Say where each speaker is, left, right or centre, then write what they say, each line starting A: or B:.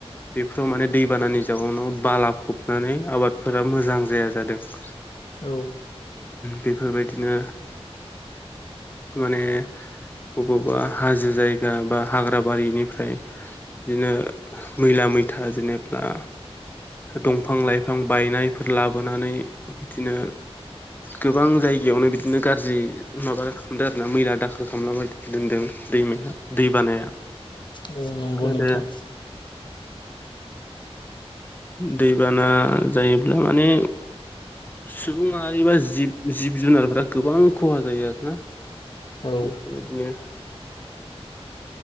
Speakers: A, on the left; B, on the left.
A: बेफोराव माने दैबानानि जाउनाव बाला फबनानै आबादफोरा मोजां जाया जादों ब
B: औ।
A: बेफोरबायदिनो माने बबेबा हाजो जायगा बा हाग्रा ग्राबारिनिफ्राय बिदिनो मैला मैथा जेनेबा दंफां लाइफां बायनायफोर लाबोनानै बिदिनो गोबां जायगायावनो बिदि बिदिनो गाज्रि माबा खालामदों आर ना मैला दाखोर खालामना दोनदों दैमाया दै बानाया
B: औ नंगौ
A: आरो
B: नोंथां।
A: दैबाना जायोब्ला माने सुबुंमाहारिबा जिब जिब जुनारफोरा गोबां खहा जायो आरो ना
B: औ
A: बेफोरबायदिनो